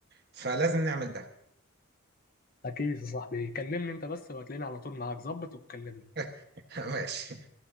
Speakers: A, on the right (about 50°); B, on the left (about 45°).
A: فلازم نعمل ده
B: أكيد يا صاحبي كلمني أنت بس وهتلاقيني على طول معاك ظبط وتكلمني
A: <laughs> ماشي